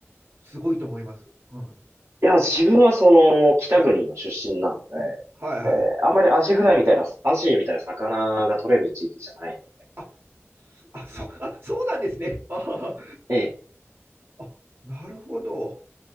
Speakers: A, on the right; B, on the right.
A: すごいと思います。うん、は
B: や、自分はその、北国の出身なので、
A: い。はいはい。
B: えーあんまりアジフライみたいな、アジみたいな魚が取れる地域じゃないので、
A: あ、あ、そ、あ、そうなんですね。あ
B: ええ、
A: ああなるほど。